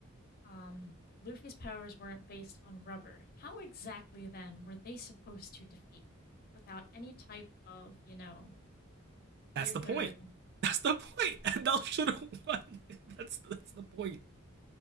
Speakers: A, on the left (about 45°); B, on the right (about 50°).
A: um, Luffy's powers weren't based on rubber. How exactly then were they supposed to defeat him without any type of, you know,
B: That's
A: gear
B: the
A: third?
B: point. <laughs> That's the point. <laughs> And L should have won. <laughs> That's that's the point.